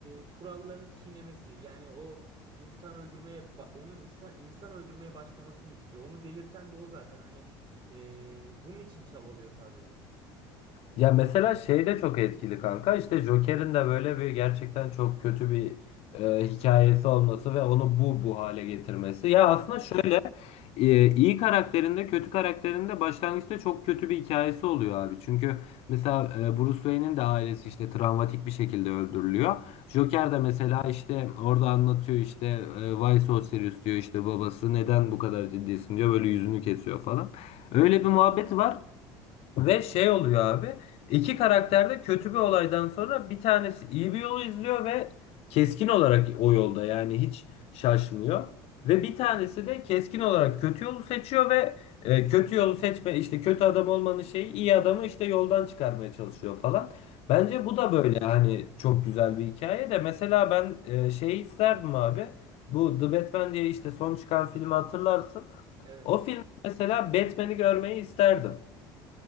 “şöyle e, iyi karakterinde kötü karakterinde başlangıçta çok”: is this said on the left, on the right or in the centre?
Left